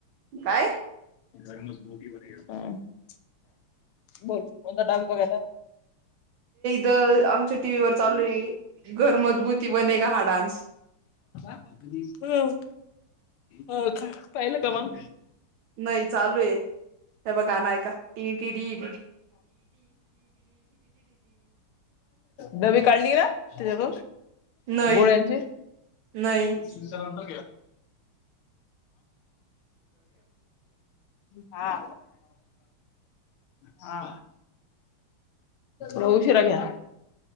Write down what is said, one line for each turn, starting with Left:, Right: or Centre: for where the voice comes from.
Right: काय,?
Left: ब होता. बोल, कोणता टाम वगैर आता.
Right: त, आमच्या टीव्ही वर चालू य,, घर मजबूती बने गा हा डान्सऽऽ
Left: ह, अंऽपाहिलं का मग?
Right: नाही चालू आहे. त्या बगा गांण आय का. टिटिटिटि
Left: नवी काढली ना,, त्याच्यातून,,
Right: नाही
Left: गोळ्यांची.
Right: नाही
Left: मग. हा, हा, रऊ शिरा घ्या.